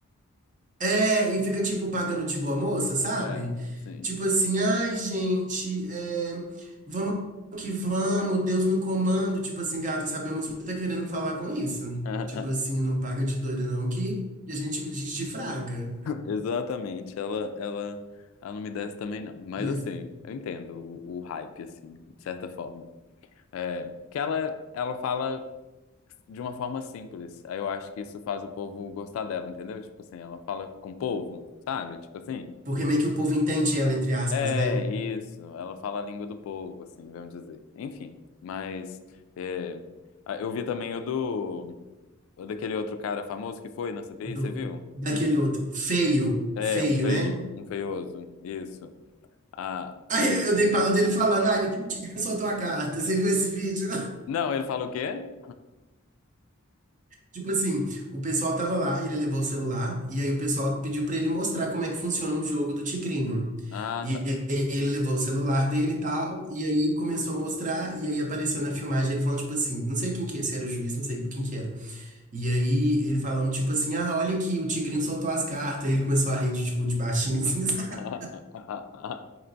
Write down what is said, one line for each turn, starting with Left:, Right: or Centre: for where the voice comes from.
Right: É, e fica tipo pagando de boa moça, sabe?
Left: É, sim.
Right: Tipo assim, ai gente, é, vamos que vamos, Deus no comando. Tipo assim, gata, sabemos o que tá querendo falar com isso.
Left: <laughs>
Right: Tipo assim, não paga de doida não, que a gente desfraga.
Left: Exatamente, ela, ela, ela não me desce também não. Mas
Right: E-
Left: assim,
Right: é,
Left: eu entendo o, o hype, assim, de certa forma. É, que ela, ela fala de uma forma simples. Aí eu acho que isso faz o povo gostar dela, entendeu? Tipo assim, ela fala com o povo, sabe? Tipo assim,
Right: Porque meio que o povo entende ela, entre aspas,
Left: é
Right: né?
Left: isso, ela fala a língua do povo, assim, vamos dizer. Enfim, mas é, eu vi também o do, o daquele outro cara famoso que foi na CPI,
Right: Do,
Left: você viu?
Right: daquele
Left: Hum.
Right: outro. Feio,
Left: É,
Right: feio,
Left: um feio,
Right: né?
Left: um feioso, isso. Ah,
Right: Aí
Left: ele-
Right: eu eu dei pala dele falando, ai, aqui o tigre soltou a carta. Você viu esse vídeo?
Left: Não, ele fala o quê?
Right: Tipo assim, o pessoal tava lá, ele levou o celular, e aí o pessoal pediu pra ele mostrar como é que funciona o jogo do Tigrinho.
Left: Ah,
Right: E
Left: tá.
Right: aí ele levou o celular dele e tal, e aí ele começou a mostrar, e aí apareceu na filmagem ele falando, tipo assim, não sei quem que é, se era o juiz, não sei quem que era. E aí ele falando, tipo assim, ah, olha aqui, o Tigrinho soltou as cartas, e ele começou a rir, de, tipo, de baixinho, assim, <laughs> sabe?
Left: <laughs>